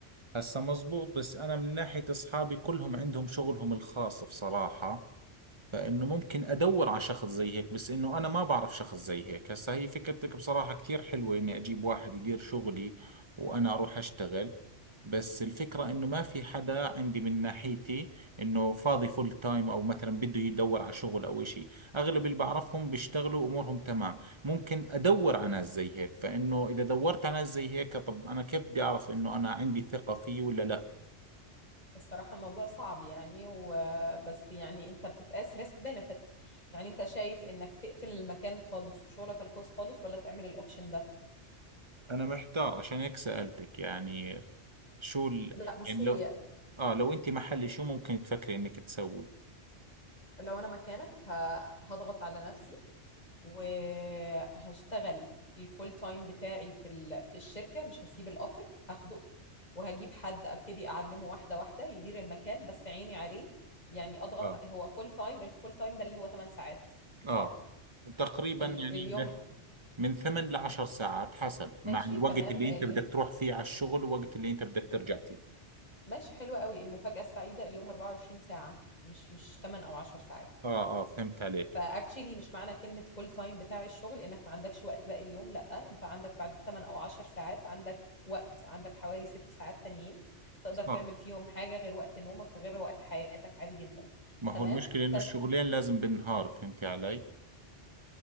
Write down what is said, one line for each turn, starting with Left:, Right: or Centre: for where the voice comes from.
Right: هسا مزبوط بس أنا من ناحية أصحابي كلهم عندهم شغلهم الخاص بصراحة فانه ممكن ادور على شخص زي هيك بس انه انا ما بعرف شخص زي هيك هسا هي فكرتك بصراحة كثير حلوة اني اجيب واحد يدير شغلي وانا اروح اشتغل بس الفكرة انه ما في حدا عندي من ناحيتي انه فاضي فول تايم او مثلا بده يدور على شغل او اشي اغلب اللي بعرفهم بيشتغلوا امورهم تمام ممكن ادور على ناس زي هيك فانه اذا دورت على ناس زي هيك طب انا كيف بدي اعرف انه انا عندي ثقة فيه ولا لا
Left: الصراحة الموضوع صعب يعني وبس يعني انت بتتقاس ريسك بنفيت يعني انت شايف انك تقفل المكان خالص وشغلك الخاص خالص ولا تعمل الاوبشن ده
Right: انا محتار عشان هيك سألتك يعني شو ال...
Left: لا بص
Right: يعني
Left: هي
Right: لو اه لو انت محلي شو ممكن تفكري انك تسوي
Left: لو انا مكانك ه- هضغط على نفسي وهشتغل الفول تايم بتاعي في ال- في الشركة مش هسيب الأوفر هاخده وهجيب حد أبتدي أعلمه واحدة واحدة يدير المكان بس عيني عليه يعني أضغط
Right: اه
Left: هو فول تايم الفول تايم ده اللي هو 8 ساعات صح؟
Right: اه تقريبا
Left: ال-
Right: يعني
Left: اليوم
Right: ب- من ثمان لعشر ساعات حسب مع
Left: ماشي
Right: الوقت
Left: تمام
Right: اللي
Left: ال-
Right: انت بدك تروح فيه على الشغل والوقت اللي انت بدك ترجع فيه
Left: ماشي حلو قوي المفاجأة السعيدة اليوم 24 ساعة مش مش 8 أو 10 ساعات
Right: اه اه فهمت عليك
Left: فاكتشلي مش معنى كلمة فول تايم بتاع الشغل انك ما عندكش وقت باقي اليوم لا انت عندك بعد 8 او 10 ساعات عندك وقت عندك حوالي 6 ساعات تانيين تقدر
Right: صح
Left: تعمل فيهم حاجة غير وقت نومك وغير وقت حياتك عادي جدا
Right: ما
Left: تمام
Right: هو المشكلة انه
Left: فانت
Right: الشغلين لازم بالنهار فهمتي علي